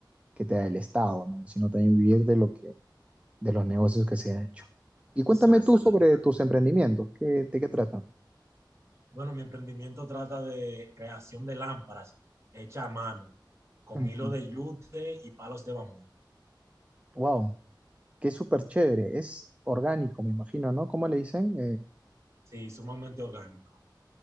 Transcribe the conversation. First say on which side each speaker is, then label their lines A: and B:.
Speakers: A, on the right; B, on the right.
A: que te da el Estado, ¿no? Sino también vivir de lo que, de los negocios que se ha hecho. Y cuéntame
B: Exacto,
A: tú Exacto. sobre tus emprendimientos, ¿qué, de qué tratan?
B: Bueno, mi emprendimiento trata de creación de lámparas hechas a mano, con
A: Ujú.
B: hilo de yute y palos de bambú.
A: Wow, qué súper chévere, es orgánico, me imagino, ¿no? ¿Cómo le dicen?
B: Sí, sumamente orgánico.